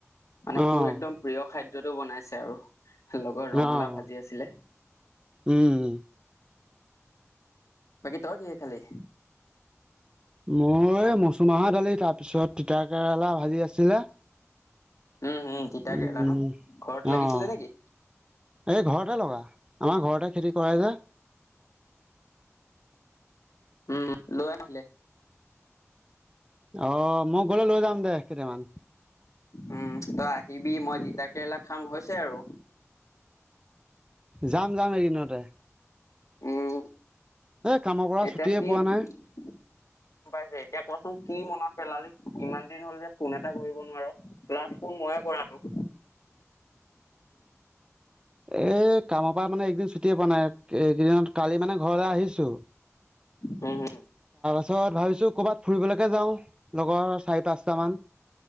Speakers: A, on the left (about 85°); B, on the right (about 20°).
A: মানে
B: অঁ
A: তোৰ একদম প্ৰিয় খাদ্যটো বনাইছে আৰু। লগত ৰঙালাও
B: অঁ
A: ভাজি আছিলে।
B: উম
A: বাকী তই কিহে খালি?
B: মই মচুৰমাহৰ দালি তাৰ পিছত তিতা কেৰেলা ভাজি আছিলে।
A: উম হম তিতা
B: উম,
A: কেৰেলা ন ঘৰত লাগিছিলে
B: অ'
A: নেকি
B: এই ঘৰতে লগা, আমাৰ ঘৰতে খেতি কৰে যে।
A: উম লৈ আহ নহ'লে।
B: অহ মই গলে লৈ যাম দে কেটামান।
A: উম তই আহিবি, মই তিতা কেৰেলা খাম হৈছে আৰু।
B: যাম যাম এইকিদিনতে।
A: উম
B: কামৰ পৰা
A: এতিয়া
B: ছুটিয়ে
A: কি
B: পোৱা
A: গম
B: নাই
A: পাইছো এতিয়া কচোন কি মনত পেলালি ইমান দিন হ'ল যে ফোন এটা কৰিব নোৱাৰ লাষ্ট ফোন ময়ে কৰা তোক।
B: এই কামৰ পৰা মানে এইকেইদিন ছুটিয়ে পোৱা নাই এইকেইদিনত কালি মানে ঘৰলৈ আহিছোঁ।
A: হুম-হুম।
B: তাৰপিছত ভাবিছোঁ ক'ৰবাত ফুৰিবলৈকে যাওঁ, লগৰ চাৰি-পাঁচটামান।